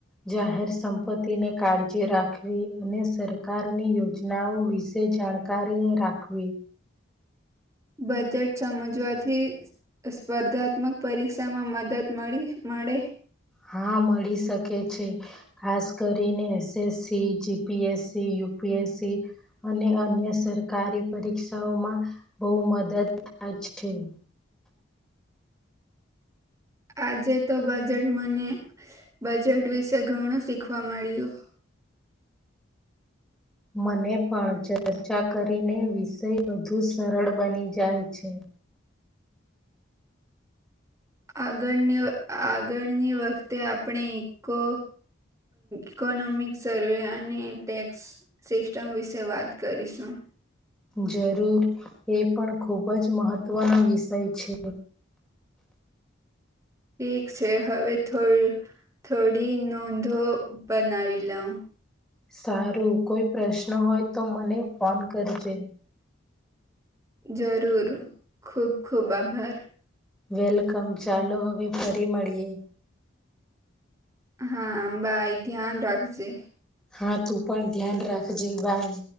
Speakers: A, in the centre; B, on the right.
A: જાહેર સંપત્તિને કાળજી રાખવી અને સરકારની યોજનાઓ વિશે જાણકારીએ રાખવી
B: બજેટ સમજવાથી સ્પર્ધાત્મક પરીક્ષામાં મદદ મળી મળડે
A: હા મળી શકે છે ખાસ કરીને એસએસસી જીપીએસસીયુ યુપીએસસી અને અન્ય સરકારી પરીક્ષાઓમાં બહુ મદદ અચછી
B: આજે તો બજેટ મને બજેટ વિશે ઘણું શીખવા મળ્યું
A: મને પણ ચર્ચા કરીને વિષય વધુ સરળ બની જાય છે
B: આગળની આગળની વખતે આપણે કો ઇકોનોમિક સર્વે અને ટેક્સ સિસ્ટમ વિશે વાત કરીશું
A: જરૂર એ પણ ખૂબ જ મહત્વનો વિષય છે
B: ઠીક છે હવે થોડું થોડી નોંધો બનાવી લઉ
A: સારું કોઈ પ્રશ્ન હોય તો મને ફોન કરજે
B: જરૂર ખુબ ખુબ આભાર
A: વેલકમ ચાલો હવે ફરી મળીએ
B: હા અબ એ ધ્યાન રાખજે
A: હા તું પણ ધ્યાન રાખજે બાય